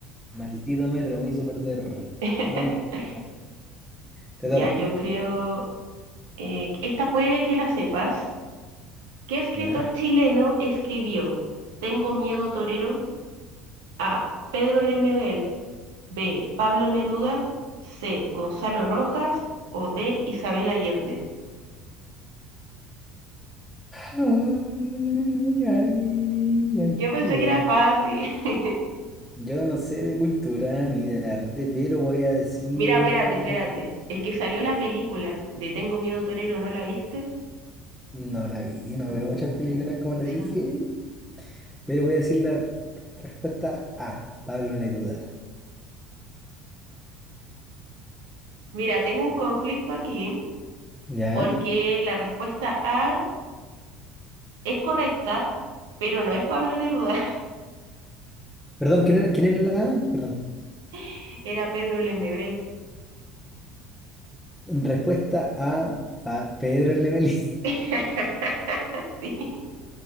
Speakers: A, in the centre; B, on the right.
A: Maldito metro, me hizo perder.
B: <laughs>
A: No importa. Te
B: Ya,
A: toca.
B: yo creo, eh, esta puede que la sepas. ¿Qué escritor
A: ¿Ya?
B: chileno escribió Tengo miedo torero? A. Pedro Lemebel. B. Pablo Neruda. C. Gonzalo Rojas. O D. Isabel Allende.
A: Ay, ay, ay, ay,
B: Yo pensé
A: ay,
B: que
A: ay.
B: era fácil. <laughs>
A: Yo no sé de cultura ni de arte, pero voy a decir...
B: Mira, espérate, espérate. Es que salió la película de Tengo miedo torero, ¿no la viste?
A: No la vi, no
B: Pucha.
A: veo muchas películas como te dije, pero voy a decir la r- respuesta A, Pablo Neruda.
B: Mira, tengo un conflicto aquí
A: ¿Ya?
B: porque la respuesta A es correcta, pero no es Pablo Neruda,
A: Perdón, ¿quién era, quién era la A? Perdón.
B: <laughs> era Pedro Lemebel.
A: Respuesta A, Pa- Pedro Lemelí.
B: <laughs> Sí.